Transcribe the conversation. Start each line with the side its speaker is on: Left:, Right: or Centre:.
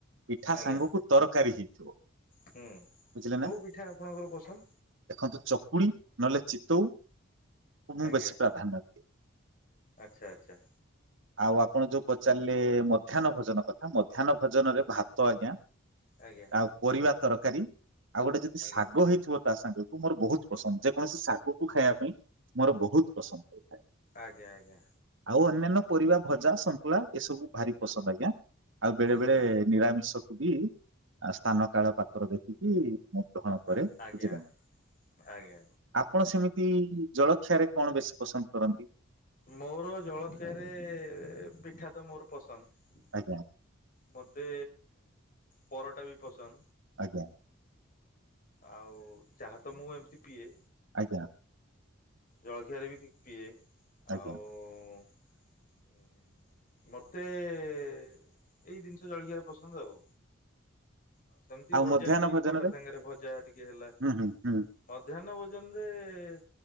Right: ପିଠା
Left: ଆଜ୍ଞା
Right: ସାଙ୍ଗକୁ ତରକାରୀ ହେଇଥିବ
Left: ହୁଁ
Right: ବୁଝିଲେ
Left: କୋଉ
Right: ନା।
Left: ପିଠା ଆପଣଙ୍କର ପସନ୍ଦ?
Right: ଦେଖନ୍ତୁ ଚକୁଳି ନହେଲେ ଚିତଉକୁ ମୁଁ
Left: ଆଜ୍ଞା
Right: ବେଶୀ ପ୍ରାଧ୍ୟାନ୍ୟ ଦିଏ।
Left: ଆଚ୍ଛା ଆଚ୍ଛା।
Right: ଆଉ ଆପଣ ଯୋଉ ପଚାରିଲେ ମଧ୍ୟାହ୍ନ ଭୋଜନ କଥା, ମଧ୍ୟାହ୍ନ ଭୋଜନ ରେ ଭାତ ଆଜ୍ଞା।
Left: ଆଜ୍ଞା।
Right: ଆଉ ପରିବା ତରକାରୀ ଆଉ ଗୋଟେ ଯଦି
Left: ଆଜ୍ଞା
Right: ଶାଗ ହେଇଥିବ ତା ସାଙ୍ଗକୁ। ଶାଗ ମୋର ବହୁତ ପସନ୍ଦ, ଯେକୌଣସି ଶାଗକୁ ଖାଇବା ପାଇଁ ମୋର ବହୁତ ପସନ୍ଦ।
Left: ଆଜ୍ଞା ଆଜ୍ଞା।
Right: ଆଉ ଅନ୍ୟାନ୍ୟ ପରିବା ଭଜା, ସନ୍ତୁଳା ଏସବୁ ଭାରି ପସନ୍ଦ ଆଜ୍ଞା, ଆଉ ବେଳେ
Left: ଆଚ୍ଛା
Right: ବେଳେ ନିରାମିଷ କୁ ବି ସ୍ଥାନ କାଳ ପାତ୍ର ଦେଖିକି ଗ୍ରହଣ ପରେ
Left: ଆ
Right: ବୁଝିଲେ
Left: ଆଜ୍ଞା
Right: ନା?
Left: ଆଜ୍ଞା।
Right: ଆପଣ ସେମିତି ଜଳଖିଆରେ କଣ ବେଶୀ ପସନ୍ଦ କରନ୍ତି?
Left: ମୋର ଜଳଖିଆରେ ପିଠା ତ ମୋର ପସନ୍ଦ।
Right: ଆଜ୍ଞା।
Left: ମୋତେ ପରଟା ବି ପସନ୍ଦ।
Right: ଆଜ୍ଞା।
Left: ଆଉ ଚାହା ତ ମୁଁ ଏମିତି ପିଏ।
Right: ଆଜ୍ଞା।
Left: ଜଳଖିଆରେ ବି ପିଏ
Right: ଆଜ୍ଞା
Left: ଆଉ। ମତେ ଏଇ ଜିନିଷ ଜଳଖଆ ରେ ପସନ୍ଦ ଆଉ। ଆଉ ସେମିତି ଭଜା
Right: ମଧ୍ୟାହ୍ନ
Left: ଟିକେ
Right: ଭୋଜନରେ
Left: ପରଟା ସାଙ୍ଗରେ ଭଜା ଟିକେ ହେଲା।
Right: ହୁଁ ହୁଁ ହୁଁ
Left: ମଧ୍ୟାହ୍ନ ଭୋଜନ ରେ